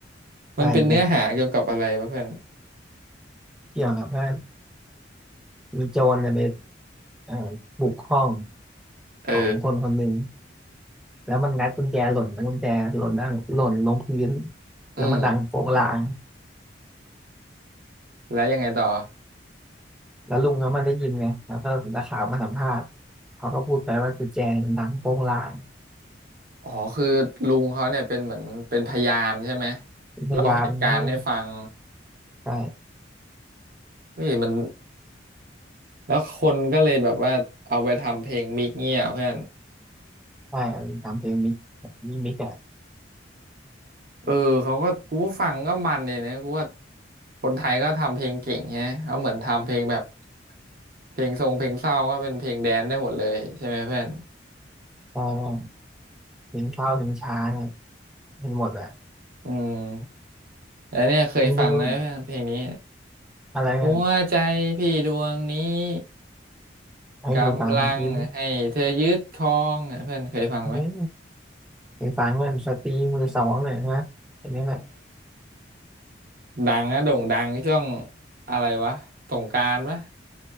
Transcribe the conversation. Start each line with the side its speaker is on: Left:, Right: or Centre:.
Centre: ใช่ใช่
Right: มันเป็นเนื้อหาเกี่ยวกับอะไรวะเพื่อน
Centre: เกี่ยวกับว่า มีโจรเนี่ยไปเอ่อบุกห้อง
Right: เออ
Centre: ของคนคนหนึ่งแล้วมันงัดกุญแจหล่นแล้วกุญแจหล่นด้านหล่นลงพื้น
Right: อืม
Centre: แล้วมันดังโป๊กลาง
Right: แล้วยังไงต่อ
Centre: แล้วลุงเขามันได้ยินไงแล้วก็นักข่าวมาสัมภาษณ์เขาก็พูดไปว่ากุญแจมันดังโป๊กลาง
Right: อ๋อคือลุงเขาเนี่ยเป็นเหมือนเป็นพยานใช่ไหม
Centre: พยายามให้
Right: เล่าเหตุการณ์ให้ฟัง
Centre: ใช่
Right: เฮ้ยมัน แล้วคนก็เลยแบบว่าเอาไปทำเพลงมิกเงี้ยเพื่อน
Centre: ใช้รตามเพลงมิกมีมิกอะ
Right: เออเขาก็กูฟังก็มันเลยนะกูว่าคนไทยก็ทำเพลงเก่งไงเขาเหมือนทำเพลงแบบเพลงทรงเพลงเศร้าก็เป็นเพลงแดนซ์ได้หมดเลยใช่ไหมเพื่อน
Centre: ใช่ว่าเพลงเข้าเพลงช้าเนี่ยเป็นหมดอะ
Right: อืมแล้วเนี่ยเคยฟังไหมเพื่อนเพลงนี้
Centre: มึงมึงอะไรเนี่ย
Right: หัวใจพี่ดวงนี้
Centre: ให้ไปฟังยิ้ม
Right: กำลังให้เธอยึดครองอ่ะเพื่อนเคยฟังไหม
Centre: เอ้ยไปฟังมันสตรีมือสองเนี่ยนะเห็นไหมเนี่ย
Right: <laughs> ดังนะโด่งดังช่วงอะไรวะสงกรานต์ปะ